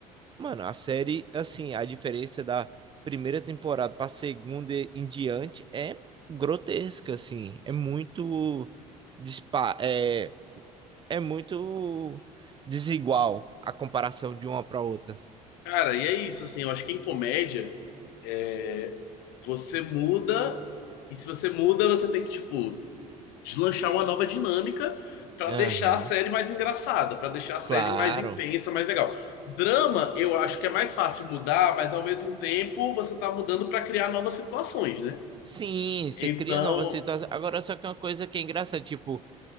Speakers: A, on the right; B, on the left.
A: Mano, a série, assim, a diferença da primeira temporada pra segunda em diante é grotesca, assim. É muito. dispa- É, é muito desigual a comparação de uma pra outra.
B: Cara, e é isso, assim, eu acho que em comédia, é, você muda, e se você muda, você tem que, tipo, deslanchar uma nova dinâmica para
A: Aham,
B: deixar a série mais engraçada, para deixar a série
A: claro.
B: mais intensa, mais legal. Drama, eu acho que é mais fácil mudar, mas ao mesmo tempo você tá mudando para criar novas situações, né?
A: Sim, você
B: Então,
A: cria novas situações. Agora, só que é uma coisa que é engraçada, tipo,